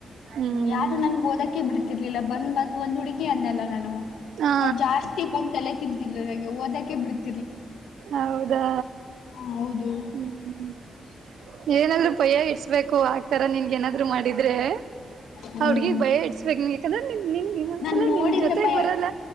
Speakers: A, on the right; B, on the left.
A: ಹ್ಮ್
B: ಯಾರು ನಂಗ್ ಓದಕ್ಕೆ ಬಿಡ್ತಿರ್ಲಿಲ್ಲ ಬಂದ್ ಬಂದ್ ಒಂದ್ ಹುಡುಗಿ ಓಕೆ ಅಂದ್ನಲ್ಲ ನಾನು.
A: ಹಾ
B: ಅವ್ಳ್ ಜಾಸ್ತಿ ಬಂದ್ ತಲೆ ತಿಂತಿದ್ಲು ನಂಗೆ ಓದಕ್ಕ್ <unintelligible>
A: ಹೌದಾ!
B: ಹ ಹೌದು
A: ಹ್ಮ್. ಏನಾದ್ರು ಭಯ ಇಡ್ಸ್ಬೇಕು ಆಗ್ತರ ನಿನ್ಗೆ ಏನಾದ್ರೂ ಮಾಡಿ ಅಂದ್ರೆ
B: ಹ್ಮ್
A: ಆ ಹುಡ್ಗಿಗ್ ಭಯ ಇಡ್ಸ್ಬೇಕ್ ನೀ ಯಾಕಂದ್ರೆ ನಿನ್ ಇನ್ನೊಂದ್ಸಲ
B: ನಾನ್ ನೋಡಿದ್ರೆ
A: ನಿನ್ ಜೊತೆಗ್
B: ಭಯ
A: ಬರಲ್ಲ